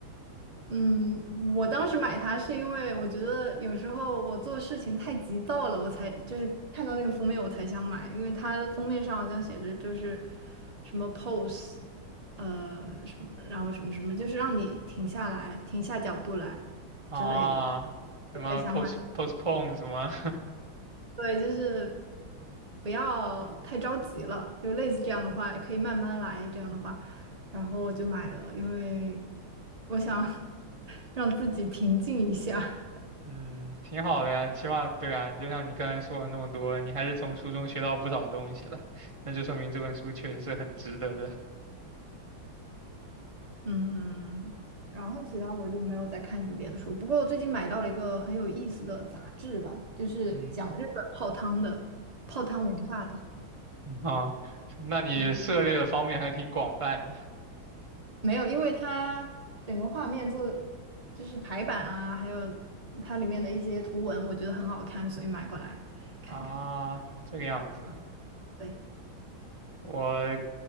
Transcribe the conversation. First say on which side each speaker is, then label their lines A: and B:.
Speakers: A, on the right (about 60°); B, on the right (about 20°).
A: 嗯，我当时买它是因为我觉得有时候我做事情太急躁了，我才就是看到那个封面我才想买，因为它封面上好像写着就是什么 pose，呃，什么，然后什么什么，就是让你停下来，停下脚步来之类的，
B: 啊，什么
A: 我才想买。
B: post postpone 什么，
A: 对，就是不要太着急了，就类似这样的话，也可以慢慢来这样的话，然后我就买了，因为我想 <laughs> 让自己平静一下。
B: <laughs> 嗯，挺好的呀，起码对啊，就像你刚才说了那么多，你还是从书中学到不少东西了，那就说明这本书确实是很值得的。
A: 嗯，然后其他我就没有再看什么别的书，不过我最近买到了一个很有意思的杂志吧，就是讲日本泡汤的，
B: 嗯，
A: 泡汤文化的。
B: 啊，那你涉猎的方面还挺广泛的。
A: 嗯。没有，因为它整个画面做就是排版啊，还有它里面的一些图文，我觉得很好看，所以买过来看一看。
B: 啊，这个样子，
A: 对，
B: 我